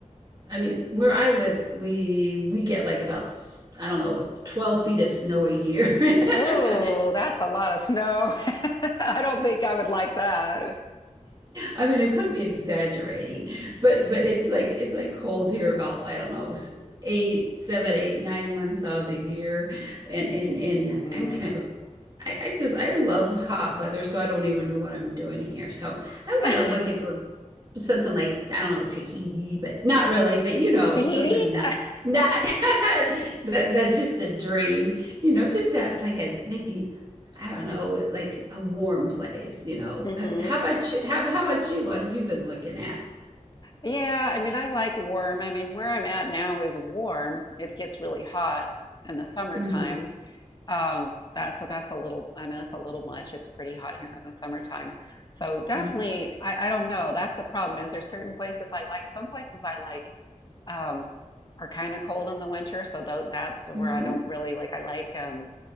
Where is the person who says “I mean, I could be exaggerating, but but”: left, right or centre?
Right